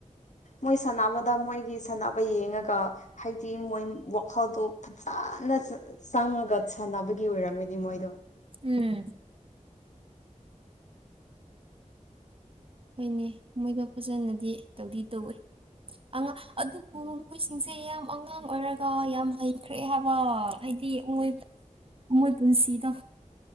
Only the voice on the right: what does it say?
ꯎꯝ ꯍꯣꯏꯅꯦ ꯃꯣꯏꯗꯣ ꯐꯖꯅꯗꯤ ꯇꯧꯗꯤ ꯇꯧꯋꯦ ꯑꯉꯥꯡ ꯑꯗꯨꯕꯨ ꯃꯣꯏꯁꯤꯡꯁꯦ ꯌꯥꯝ ꯑꯉꯥꯡ ꯑꯣꯏꯔꯒ ꯌꯥꯝ ꯍꯩꯈ꯭ꯔꯦ ꯍꯥꯏꯕ ꯍꯥꯏꯗꯤ ꯃꯣꯏ ꯃꯣꯏ ꯄꯨꯟꯁꯤꯗꯣ